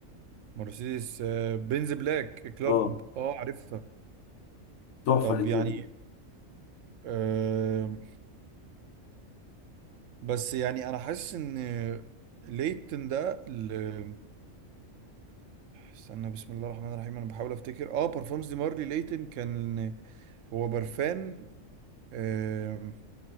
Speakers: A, on the right; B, on the left.
A: مرسيدس آه، بنز بلاك كلوب
B: اه
A: اه عارفها
B: تحفه
A: طب
B: لذيذة.
A: يعني آه بس يعني انا حاسس ان ليتن ده ال- استنى بسم الله الرحمن الرحيم انا بحاول افتكر اه بارفومز دي مارلي ليتن كان هو برفان آه